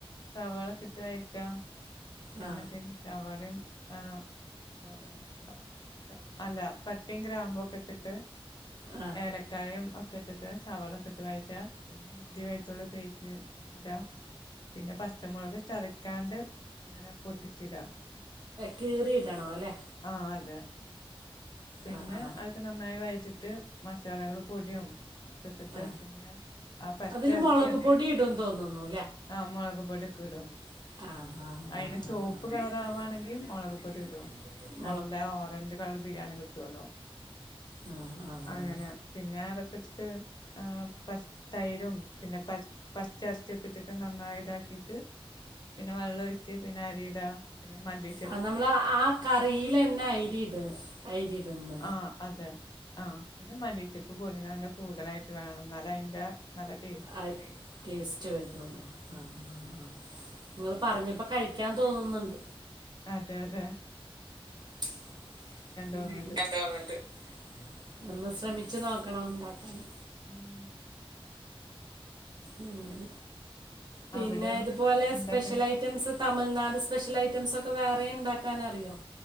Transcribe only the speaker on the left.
സവാളക്കിട്ടൊരു ഐറ്റം. <unintelligible>
എവിടെയും ആഹ്- <unintelligible> അല്ല, പട്ടയും ഗ്രാമ്പൊക്കെ ഇട്ടിട്ട്
ഏലക്കായം ഒക്കെ ഇട്ടിട്ട് സവാളക്കിട്ട് വഴറ്റാ, പിന്നെ ഇഞ്ചി വെളുത്തുള്ളി പേസ്റ്റ് - ഇടാം പിന്നെ, പച്ചമുളക് ചതക്കാണ്ട് ഇങ്ങനെ പൊട്ടിച്ചിടാം.
ആഹ് അതെ പിന്നെ,
അതൊക്കെ നന്നായി വഴറ്റിയിട്ട് മസാലകള് പൊടിയാവും ഇട്ടിട്ട്
പിന്നെ, ആഹ് പച്ചെറച്ചിയൻ
ആഹ് മുളക്പൊടിയൊക്കെ ഇടും?
അയിന് ചുവപ്പ്
കളറാവാണെങ്കി
മൊളക് പൊടി ഇടും.
നല്ല ഓറഞ്ച് കളറ് ബിരിയാണി കിട്ടോലോ,
അങ്ങനെ-
പിന്നെ, അതൊക്കെ വെച്ചിട്ട് ഏഹ് പഷ് തൈരും പിന്നെ, പച് പച്ച ഇറച്ചിയൊക്കെട്ടിട്ട് നന്നായിതാക്കിട്ട് പിന്നെ, വെള്ള ഒഴിച്ച് പിന്നെ അരിയിടാ പിന്നെ മല്ലി
ആഹ് അതെ. ആഹ് പിന്നെ മല്ലിച്ചപ്പ്, പൊതിന ഇല കൂടുതലായിട്ട് വേണം എന്നാലയിന്റെ നല്ല ടേസ്റ്റ്
കിട്ടുള്ളൂ.
ഉം
അതെയതെ.
തോന്ന്ണ്ട്.
ഉം!
അവിടെയോ
എന്തൊക്കെ